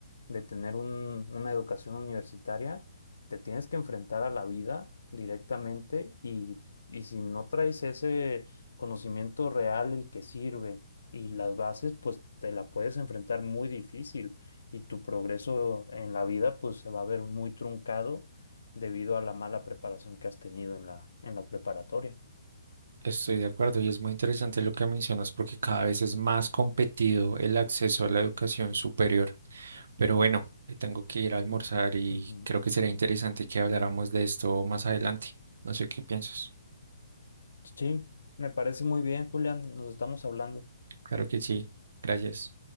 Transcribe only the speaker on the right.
Estoy de acuerdo y es muy interesante lo que mencionas porque cada vez es más competido el acceso a la educación superior. Pero bueno, eh, tengo que ir a almorzar y
creo que será interesante que habláramos de esto más adelante. No sé qué piensas.
Claro que sí. Gracias.